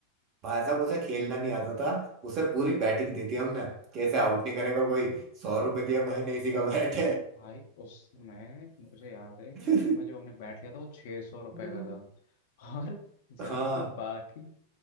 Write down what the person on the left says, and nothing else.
हम्म,
और
क्या
भाई उस समय मुझे याद है कि
उस समय जो हमने बैट लिया था वो छह सौ रुपए
का था <laughs> और जहाँ
पे बाकी